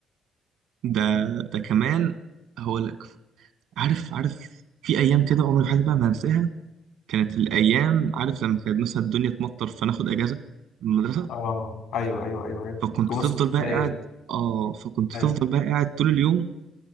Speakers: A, on the right; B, on the left.
A: ده ده كمان هقول لك عارف عارف في ايام كده عمري في حياتي بقى ما هنساها كانت الايام عارف لما كانت مثلا الدنيا تمطر فناخد اجازه من المدرسه
B: اه ايوه ايوه ايوه ايوه
A: فكنت
B: تونس
A: تفضل
B: تلاقي
A: بقى قاعد اه فكنت تفضل
B: ايوه
A: بقى قاعد طول اليوم